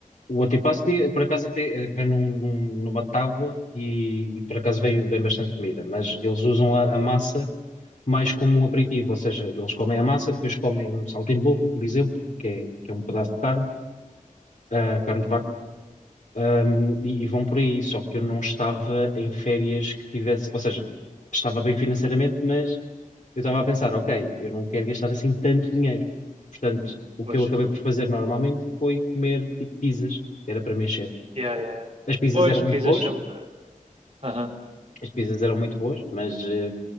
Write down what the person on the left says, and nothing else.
O antipasto, eh, por acaso, até eh, vem num- num- numa tábua e, e, por acaso, vem, vem bastante comida. Mas eles usam a, a massa mais como um aperitivo, ou seja, eles comem a massa, depois comem um saltimbocca, por exemplo, que é, que é um pedaço de carne, ah, carne de vaca
Um, e, e vão por aí, só que eu não estava em férias que tivesse, ou seja, estava bem financeiramente, mas eu estava a pensar, ok, eu não quero gastar assim tanto dinheiro. Portanto, o
que eu acabei por fazer normalmente foi comer tipo pizzas, era para me encher.
As pizzas
eram muito
boas,
as pizzas eram muito boas, mas eh,